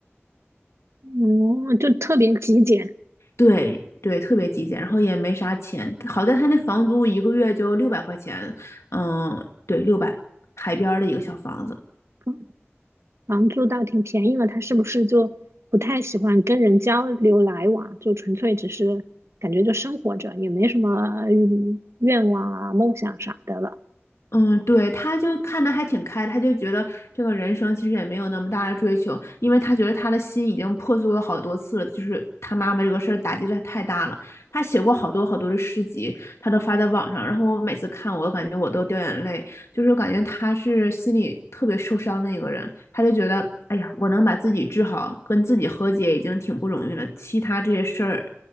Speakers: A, on the right; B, on the left.
A: 嗯，就特别极简，
B: 对对，特别极简，然后也没啥钱。好在他那房租一个月就六百块钱，嗯，对，六百，海边儿的一个小房子。
A: 嗯房租倒挺便宜了。他是不是就不太喜欢跟人交流来往？就纯粹只是感觉就生活着，也没什么嗯愿望啊、梦想啥的了。
B: 嗯，对，他就看的还挺开的他就觉得这个人生其实也没有那么大的追求，因为他觉得他的心已经破碎过好多次了，就是他妈妈这个事儿打击的太大了。他写过好多好多的诗集，他都发在网上，然后我每次看我，我感觉我都掉眼泪，就是感觉他是心里特别受伤的一个人，他就觉得，哎呀，我能把自己治好，跟自己和解已经挺不容易了，其他这些事儿，